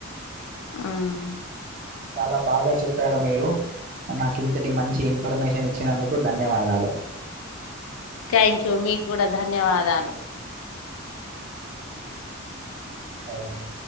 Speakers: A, on the left; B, on the right.
A: ఆహ్మ్.
B: చాలా బాగా చెప్పారు మీరు. నాకింతటి మంచి ఇన్ఫర్మేషన్ ఇచ్చినందుకు ధన్యవాదాలు.
A: ఉమ్. టైంక్యు మీకు కూడా ధన్యవాదాలు.
B: అవును.